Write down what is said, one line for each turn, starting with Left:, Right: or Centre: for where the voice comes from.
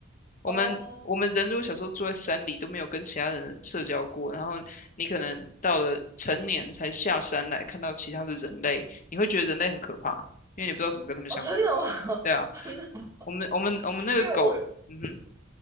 Left: 我们我们人如果小时候住在山里都没有跟其他人社交过，
Right: 哦
Left: 然后你可能到了成年才下山来看到其他的人类，你会觉得人类很可怕，因为你不知道怎么跟他们相处。
Right: 哦，真的吗？
Left: 对啊，
Right: <laughs> 真的，
Left: 我们我们我们那个狗，
Right: 因为我
Left: 嗯哼，